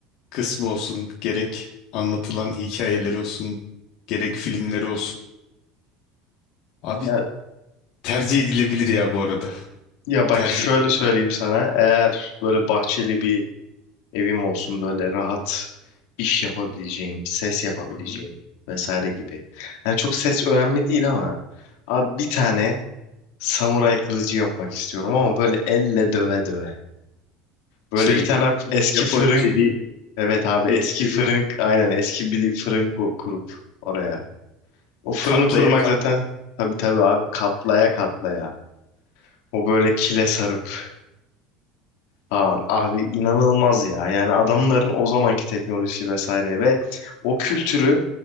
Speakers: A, on the left (about 65°); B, on the left (about 80°).
A: kısmı olsun, gerek anlatılan hikayeleri olsun, gerek filmleri olsun. Abi
B: Ya,
A: tercih edilebilir ya bu arada.
B: ya bak
A: Tercih
B: şöyle
A: edilebilir.
B: söyleyeyim sana. Eğer böyle bahçeli bir evim olsun böyle rahat iş yapabileceğim, ses yapabileceğim
A: Hı hı.
B: vesaire gibi. Hani çok ses önemli değil ama abi bir tane Samuray kılıcı yapmak istiyorum ama böyle elle döve döve. Böyle
A: Şey
B: bir tane
A: o
B: eski
A: Japon
B: fırın,
A: çeliği
B: evet abi
A: dedikleri
B: eski fırın, aynen eski bir fırın ku- kurup oraya. O fırını
A: katla
B: kurmak zaten tabii tabii abi katlaya katlaya. O böyle kile sarıp falan. Abi inanılmaz ya. Yani adamların o zamanki teknolojisi vesaire ve o kültürü